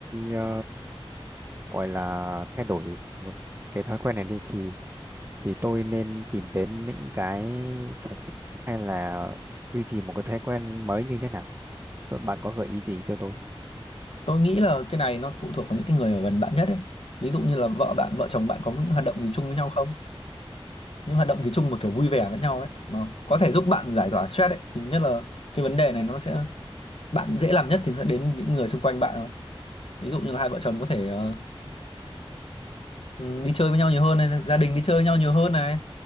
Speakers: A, on the right (about 25°); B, on the left (about 75°).
A: ờ, gọi là thay đổi một cái thói quen này đi thì thì tôi nên tìm đến những cái sở thích hay là duy trì một cái thói quen mới như thế nào tôi, bạn có gợi ý gì cho tôi
B: tôi nghĩ là cái này nó phụ thuộc vào những cái người ở gần bạn nhất ấy ví dụ như là vợ bạn vợ chồng bạn có những hoạt động gì chung với nhau không những hoạt động gì chung mà kiểu vui vẻ với nhau ấy mà có thể giúp bạn giải tỏa stress ấy thì nhất là cái vấn đề này nó sẽ bạn dễ làm nhất thì sẽ đến những người xung quanh bạn thôi ví dụ như là hai vợ chồng có thể ờ, ừ, đi chơi với nhau nhiều hơn này gia đình đi chơi với nhau nhiều hơn này